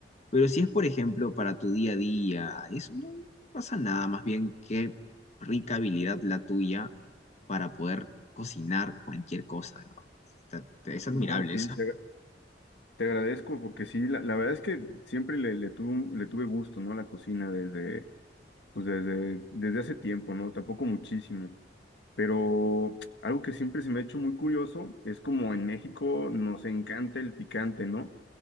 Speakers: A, on the left; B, on the left.
A: Pero si es, por ejemplo, para tu día a día, eso no pasa nada. Más bien, qué rica habilidad la tuya para poder cocinar cualquier cosa, de verdad. Está- Es
B: No,
A: admirable
B: sí, te, te agradezco porque sí, la, la verdad es que siempre le, le tuve, un- le tuve gusto, ¿no? a La cocina desde pues desde, desde hace tiempo, ¿no? Tampoco muchísimo. Pero algo que siempre se me ha hecho muy curioso es como en México nos encanta el picante, ¿no?